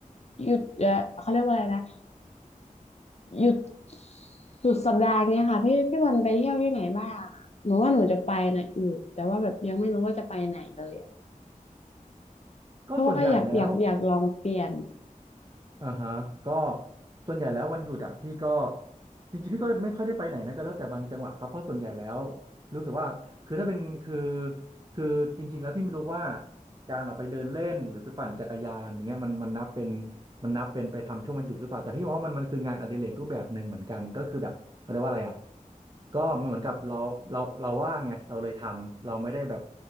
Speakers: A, on the left (about 50°); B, on the right (about 30°).
A: หยุดเออเขาเรียกว่าอะไรนะหยุดสุดสัปดาห์เนี้ยค่ะพี่พี่วันไปเที่ยวที่ไหนบ้างอะหนูว่าหนูจะไปนะอยู่แต่ว่าแบบยังไม่รู้ว่าจะไปไหนเลยอะเพราะว่าอยากอยากอยากลองเปลี่ยน
B: ก็ส่วนใหญ่แล้ว อ่าฮะก็ส่วนใหญ่แล้ววันหยุดอะพี่ก็จริงๆพี่ก็ไม่ค่อยได้ไปไหนนะก็แล้วแต่บางจังหวะครับเพราะส่วนใหญ่แล้วรู้สึกว่าคือถ้าเป็นคือคือจริงๆแล้วพี่ไม่รู้ว่าการออกไปเดินเล่นหรือไปปั่นจักรยานอย่างเงี้ยมันมันนับเป็นมันนับเป็นไปทำช่วงวันหยุดหรือเปล่าแต่พี่มองว่ามันมันคืองานอดิเรกรูปแบบหนึ่งเหมือนกันก็คือแบบเขาเรียกว่าอะไรอะก็มันเหมือนกับเราเราเราว่างไงเราเลยทำเราไม่ได้แบบ